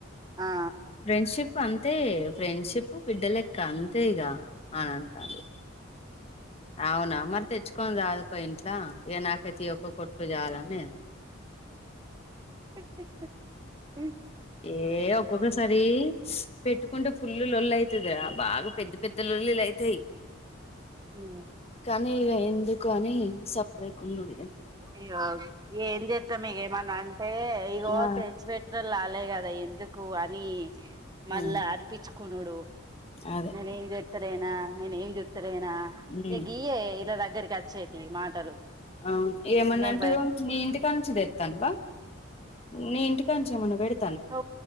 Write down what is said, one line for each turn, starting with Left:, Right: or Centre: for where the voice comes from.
Right: ఆ
Left: ఫ్రెండ్షిప్ అంతే ఫ్రెండ్షిప్ బిడ్డలెక్క అంతే ఇగా అని అంటాడు అవునా మరి తెచ్చుకొని రాదుకో ఇంట్లో ఏ నాకైతే ఒక్క కొడుకు చాలనే
Right: <inaudible>
Left: ఏ ఒక్కొక్కసారి పెట్టుకుంటే ఫుల్ లొల్లి అయి బాగా పెద్ద పెద్ద లొల్లిలు అయితాయి
Right: హమ్
Left: కానీ ఇగ ఎందుకు అని సెపరేట్ గుణ్ణం
Right: ఇగ ఏం చేత్ మీగేమన్నా హే ఇగో
Left: ఆ
Right: తెచి పెట్టినారు లాల్ అదే కదా ఎందుకు అని మళ్ళా
Left: ఉమ్
Right: అరీపించు కునుడు
Left: అదే
Right: మరి ఏం జేతరే నా నేనేం లేనా
Left: ఉమ్
Right: ఏ గీఏ ఇడా ఇద్దరికి అచే మాటలు
Left: అవును ఏమన్నా
Right: నేను
Left: అంటే
Right: బయ
Left: ఓ నీ ఇంటి కడ్నుంచి తేతనవ నీ ఇంటి నుంచి ఏమైనా పెయిడ్
Right: ఓ